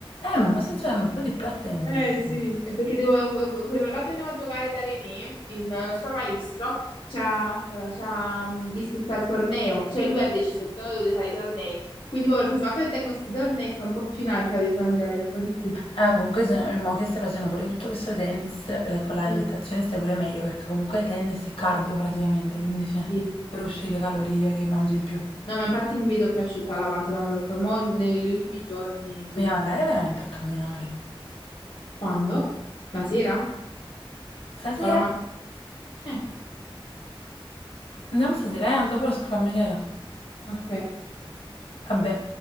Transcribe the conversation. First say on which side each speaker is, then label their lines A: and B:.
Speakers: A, on the left (about 80°); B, on the left (about 65°).
A: Eh, ma mi stai giocando proprio di più a tennis.
B: Eh sì, è perché devo- quello là dove andavo a giocare da René, il suo maestro, ci ha, eh, ci ha, mm, iscritto al torneo, cioè lui ha deciso di dove dovete fare i tornei. Quindi mo per questo fatto che tengo questi tornei sto un po' più in alto, ho detto no, mi dovrei un po' di più.
A: Ah, comunque se no, mo che stai facendo pure tutto questo tennis, la- con l'alimentazione
B: Sì, sì, sì.
A: stai pure meglio, perché comunque tennis è cardio praticamente, quindi cioè,
B: sì.
A: bruci le calorie che mangi in più.
B: No, ma infatti mi vedo più asciutta la pancia da quando ho detto, mo negli ultimi giorni, sì.
A: Vogliamo andare veramente a camminare.
B: Quando? La sera?
A: Stasera?
B: O la mattina? Eh,
A: Andiamo stasera, eh? Dopo lo scrivo a Michela.
B: ok.
A: Vabbè.